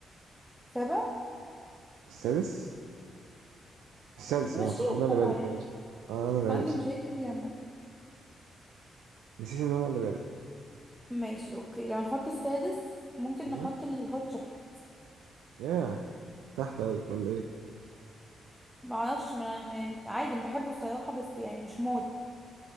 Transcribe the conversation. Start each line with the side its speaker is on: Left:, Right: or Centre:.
Centre: سابع
Right: السادس السادس
Centre: نمشيها
Right: انا صح انا اللي بادئ
Centre: بقى يعني
Right: أيوة صح. آه، انا اللي بادئ
Centre: عندي
Right: صح
Centre: مشاكل كتير عامة
Right: نسيت ان انا اللي بادئ
Centre: ماشي اوكي لو هنحط السادس ممكن
Right: مم.
Centre: نحط الهوت شوكليت
Right: ياه تحت قوي ولا ايه
Centre: معرفش ما أنا- يعني عادي انا بحبه الصراحة بس يعني مش موت